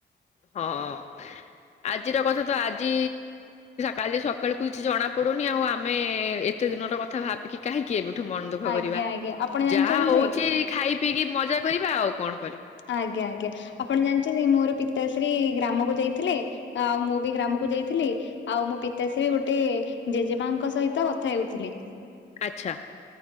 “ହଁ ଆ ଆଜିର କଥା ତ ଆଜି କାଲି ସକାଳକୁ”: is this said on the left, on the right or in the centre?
Left